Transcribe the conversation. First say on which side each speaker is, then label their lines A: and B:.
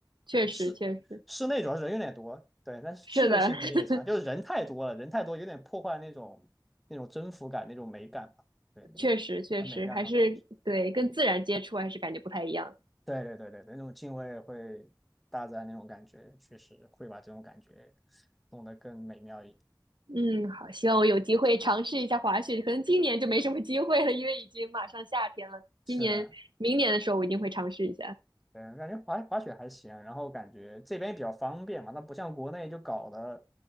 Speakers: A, on the right (about 80°); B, in the centre.
A: 确实确实
B: 对，室室内主要是人有点多，对，但是趣味性肯定也强，
A: 是的。<laughs>
B: 就是人太多了，人太多有点破坏那种那种征服感、那种美感吧，对，
A: 确实确实，
B: 那种很美妙那种感觉。
A: 还是对跟自然接触还是感觉不太一样。
B: 对对对对对，那种敬畏会大自然那种感觉，确实会把这种感觉弄得更美妙一点。
A: 嗯，好，希望我有机会尝试一下滑雪，可能今年就没什么机会了，因为已经马上夏天了。今年、
B: 是的，
A: 明年的时候，我一定会尝试一下。
B: 对，感觉滑滑雪还行啊，然后感觉这边比较方便嘛，它不像国内就搞得